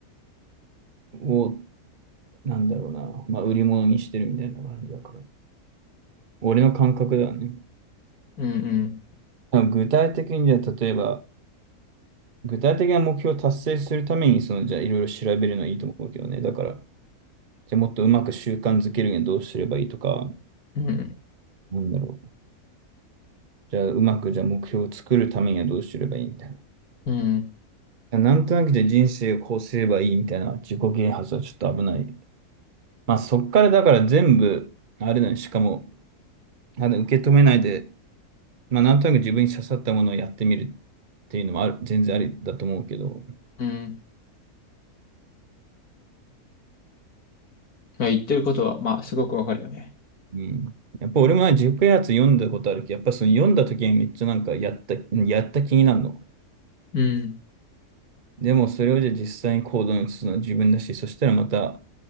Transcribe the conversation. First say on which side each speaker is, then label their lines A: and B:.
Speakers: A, on the right; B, on the left.
A: を、なんだろうな、まあ売り物にしてるみたいな感じだから。俺の感覚だね。
B: うん、
A: 多分具体的にじゃあ例えば、具体的な目標を達成するために、そのじゃあいろいろ調べるのはいいと思うけどね。だから、じゃあもっとうまく習慣づけるにはどうすればいいとか、
B: うん、うん、
A: なんだろう。じゃあうまくじゃあ目標を作るためにはどうすればいいみたい
B: うん、
A: な。なんとなくじゃあ人生をこうすればいいみたいな自己啓発はちょっと危ない。まあそっからだから全部、あれだね、しかも、あの受け止めないで、まあなんとなく自分に刺さったものをやってみるっていうのもある、全然ありだと思うけど、
B: うん。まあ、言ってることは、まあ、すごくわかるよね。
A: うん。やっぱ俺もね自己啓発読んだことあるけど、やっぱその読んだ時にめっちゃなんかやった、やった気になるの。
B: うん。
A: でもそれをじゃあ実際に行動に移すのは自分だし、そしたらまた、